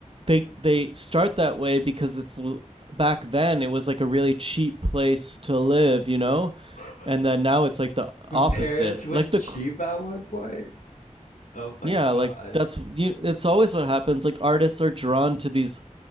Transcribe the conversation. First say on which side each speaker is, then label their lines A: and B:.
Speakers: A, on the right; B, on the left.
A: they they start that way because it's back then it was like a really cheap place to live you know
B: <laughs>
A: and then now it's like the opposite
B: Paris was
A: like
B: cheap
A: the
B: at one point. Oh my
A: yeah like
B: God.
A: that's you it's always what happens like artists are drawn to these